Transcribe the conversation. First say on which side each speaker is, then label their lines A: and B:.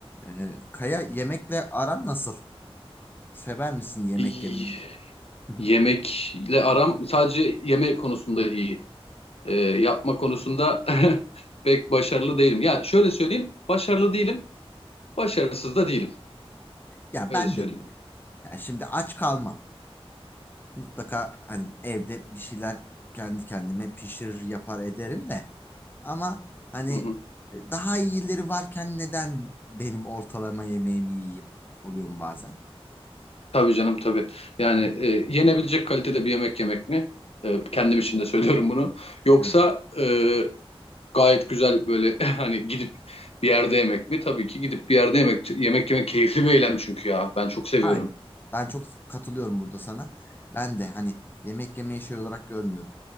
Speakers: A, on the left; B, on the left.
A: Ee, Kaya yemekle aran nasıl? Sever misin yemek
B: Y-
A: yemeyi? <laughs>
B: Yemekle aram sadece yemek konusunda iyi. Ee, yapma konusunda <laughs> pek başarılı değilim. Ya şöyle söyleyeyim, başarılı değilim, başarısız da değilim.
A: Ya
B: Öyle
A: ben
B: söyleyeyim.
A: de öyle. Yani şimdi aç kalmam. Mutlaka hani evde bir şeyler kendi kendime pişirir yapar ederim de. Ama hani
B: Hı hı.
A: e, daha iyileri varken neden benim ortalama yemeğimi yiyeyim? Oluyor mu bazen?
B: Tabii canım tabii. Yani
A: Aha,
B: e, yenebilecek kalitede bir yemek yemek mi? E, kendim için de söylüyorum bunu. Yoksa
A: evet.
B: e, gayet güzel böyle <laughs> hani gidip bir yerde yemek mi? Tabii ki gidip bir yerde yemek yemek yemek keyifli bir eylem çünkü ya. Ben çok seviyorum.
A: Aynen.
B: <laughs>
A: Ben çok katılıyorum burada sana. Ben de hani yemek yemeyi şey olarak görmüyorum.